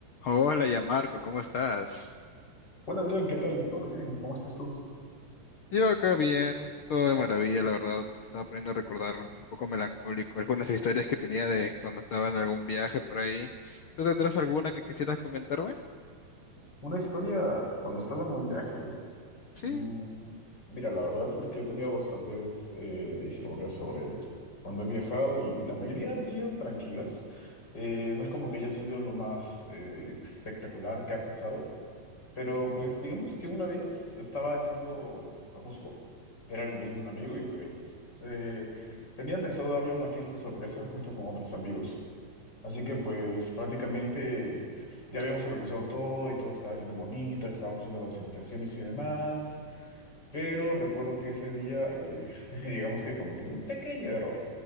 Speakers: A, on the left; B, on the left.
A: Hola, ya Marco, ¿cómo estás?
B: Hola Adrián, ¿qué tal? ¿Todo bien? ¿Cómo estás tú?
A: Yo acá bien, todo de maravilla, la verdad. Me estaba poniendo a recordar un poco melancólico algunas historias que tenía de cuando estaba en algún viaje por ahí. ¿Tú tendrás alguna que quisieras comentarme?
B: Una historia cuando estaba en un viaje.
A: Sí.
B: Mm, mira, la verdad es que he tenido bastantes eh, historias sobre cuando he viajado y la mayoría han sido tranquilas. Eh, no es como que haya sido lo más eh, espectacular que ha pasado, pero pues digamos que una vez estaba yendo a Cusco, era el cumpleaños de un amigo y pues eh, tenía pensado darle una fiesta sorpresa junto con otros amigos. Así que pues prácticamente ya habíamos organizado todo y todo estaba yendo bonito, estábamos haciendo las invitaciones y demás, pero recuerdo que ese día eh, <laughs> digamos que cometí un pequeño error.